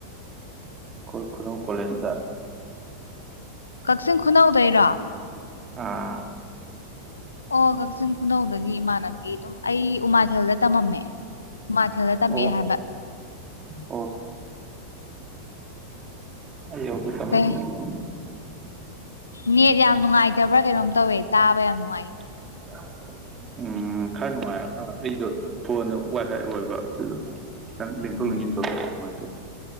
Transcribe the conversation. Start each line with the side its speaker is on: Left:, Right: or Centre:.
Right: ꯑꯈꯣꯏ ꯈꯨꯅꯧ ꯀꯣꯂꯦꯖꯇ
Left: ꯀꯛꯆꯤꯡ ꯈꯨꯅꯧꯗꯩꯔꯣ
Right: ꯑꯥ
Left: ꯑꯣ ꯀꯛꯆꯤꯡ ꯈꯨꯅꯧꯗꯒꯤ ꯏꯃꯥꯟꯅꯕꯤ ꯑꯗꯨꯝ ꯑꯩ ꯎꯃꯥꯊꯦꯜꯗ ꯇꯃꯝ ꯃꯦ ꯎꯃꯥꯊꯦꯜꯗ ꯇꯝꯃꯛꯑꯦ
Right: ꯑꯣ
Left: ꯍꯥꯏꯕ
Right: ꯑꯣ ꯑꯩ ꯌꯧꯗ꯭ꯔꯤꯀꯥꯟ
Left: ꯀꯩ
Right: <inaudible>
Left: ꯅꯦꯠ ꯌꯥꯝ ꯅꯨꯡꯉꯥꯏꯇꯕ꯭ꯔꯥ ꯀꯩꯅꯣꯝ ꯇꯧꯋꯦ ꯇꯥꯕ ꯌꯥꯝ ꯅꯨꯡꯉꯥꯏ
Right: <unintelligible> ꯎꯝ ꯈꯔ ꯅꯨꯡꯉꯥꯏꯔꯛ ꯑ ꯑꯩꯗꯣ ꯐꯣꯟꯗꯣ ꯋꯥꯏ ꯐꯥꯏ ꯑꯣꯏꯕ ꯑꯗꯨꯗꯣ ꯈꯤꯇꯡ ꯂꯦꯡꯊꯣꯛ
Left: ꯎꯝ
Right: ꯂꯦꯡꯖꯤꯟ ꯇꯧꯕꯩ ꯅꯨꯡꯉꯥꯏꯇꯕ